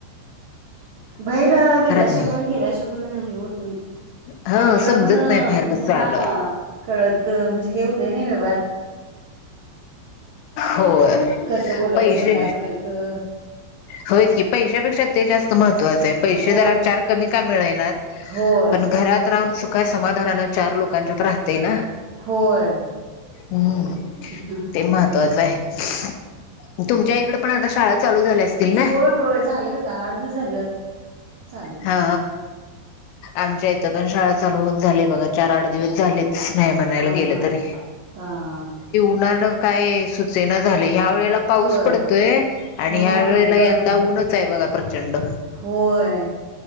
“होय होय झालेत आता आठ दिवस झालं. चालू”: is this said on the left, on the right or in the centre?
Right